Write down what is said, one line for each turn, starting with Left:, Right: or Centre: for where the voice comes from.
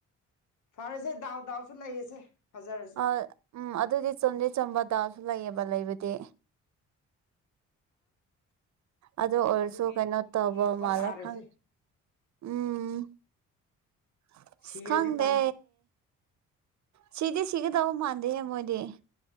Left: ꯐꯔꯦꯁꯦ ꯗꯥꯎꯗꯥꯎꯁꯨ ꯂꯩꯌꯦꯁꯦ ꯐꯖꯔꯁꯨ
Right: ꯑ ꯎꯝ ꯑꯗꯨꯗꯤ ꯆꯨꯝꯗꯤ ꯆꯨꯝꯕ ꯗꯥꯎꯁꯨ ꯂꯩꯌꯦꯕ ꯂꯩꯕꯗꯤ ꯑꯗꯣ ꯑꯣꯏꯔꯁꯨ
Left: ꯑꯗꯨꯒꯤ
Right: ꯀꯩꯅꯣ ꯇꯧꯕ
Left: ꯌꯦꯡꯕ
Right: ꯃꯥꯂ
Left: ꯇꯥꯔꯦꯁꯦ
Right: ꯈꯪ ꯎꯝ ꯑꯁ
Left: ꯁꯤꯔꯗꯤ
Right: ꯈꯪꯗꯦ
Left: ꯐꯅꯤ
Right: ꯁꯤꯗꯤ ꯁꯤꯒꯗꯧ ꯃꯥꯟꯗꯦꯍꯦ ꯃꯣꯏꯗꯤ